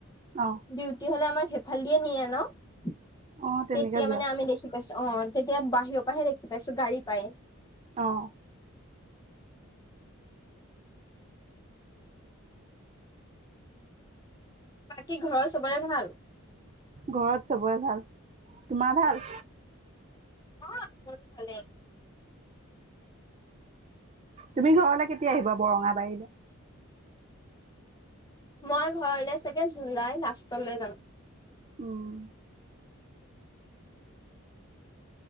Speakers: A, on the right; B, on the left.
A: অ
B: ডউটি হলে আমাক সিফালে দিয়ে নিয়ে ন।
A: অ তেনেকে
B: তেতিয়া
A: যোৱা
B: মানে আমি দেখি পাইছো অ তেতিয়া বাহিৰৰ পৰাহে দেখি পাইছো গাড়ী পাই।
A: আহ
B: বাকী ঘৰৰ চবৰে ভাল?
A: ঘৰত চবৰে ভাল। তোমাৰ ভাল?
B: অ মোৰ ভালে।
A: তুমি ঘৰলৈ কেতিয়া আহিবা বৰঙা বাৰী।
B: মই ঘৰলে চাগে জুলাই লাষ্টলে যাম।
A: উম